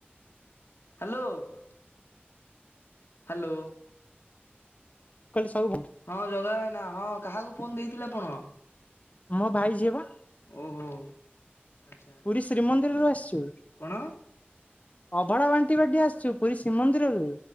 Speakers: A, on the left (about 75°); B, on the left (about 35°).
A: ହ୍ୟାଲୋ। ହ୍ୟାଲୋ।
B: କହିଲି ସବୁ
A: ହଁ ଜଗା ଭାଇନା ହଁ କାହାକୁ ଫୋନ ଦେଇଥିଲେ ଆପଣ?
B: ମୋ ଭାଇ ସିଏ ବା
A: ଓହୋ ଆଚ୍ଛା
B: ପୁରୀ ଶ୍ରୀମନ୍ଦିରରୁ ଆସିଛୁ।
A: କଣ?
B: ଅଭଡ଼ା ବାଣ୍ଟି ବାଣ୍ଟି ଆସିଛୁ ପୁରୀ ଶ୍ରୀମନ୍ଦିରରୁ।